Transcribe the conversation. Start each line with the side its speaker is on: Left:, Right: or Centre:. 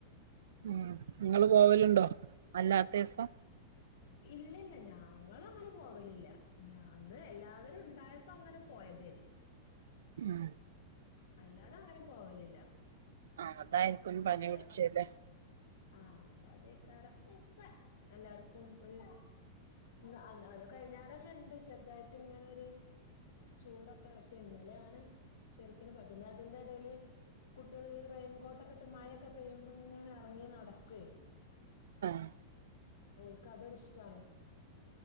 Right: ഉം ഇങ്ങള് പോവലുണ്ടോ അല്ലാത്ത ദീസം
Left: ഇല്ലല്ല ഞങ്ങളങ്ങനെ പോവലില്ല ഞ ഇന്ന് എല്ലാവരും ഉണ്ടായപ്പോ അങ്ങനെ പോയദെനി
Right: ഉം
Left: അല്ലാതെ അങ്ങനെ പോവലില്ല
Right: ആഹ് അതായിരിക്കും പനി
Left: അത്
Right: പിടിച്ചത്
Left: ആഹ് അപ്പൊ അദെക്കാരം എല്ലാർക്കും ഒരു അന്ന് അത് കഴിഞ്ഞാരെന്നെ ഇണ്ട് ചെറുതായിട്ട് ഇങ്ങനെരു ചൂടൊക്കെ പക്ഷെ ഇന്നലെണ് ശരിക്കും പിന്നെ അതിന്റെ ഇടയിൽ കുട്ടികള് ഈ റെയിൻകോട്ടൊക്കെ ഇട്ട് മഴൊക്കെ പെയ്യുമ്പോങ്ങനെ ഇറങ്ങി നടക്കു
Right: ആഹ്
Left: ഓൽക്ക് അതൊര് ഇഷ്ടാണ്